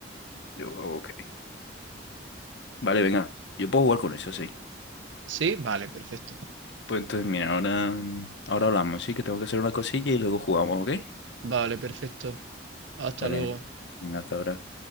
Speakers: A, on the left; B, on the right.
A: Yo juego, ok. Vale, venga, yo puedo jugar con eso, sí.
B: ¿Sí? Vale, perfecto.
A: Pues entonces, mira, ahora, ahora hablamos, sí, que tengo que hacer una cosilla y luego jugamos, ¿ok?
B: Vale, perfecto. Hasta
A: Vale,
B: luego.
A: venga, hasta ahora.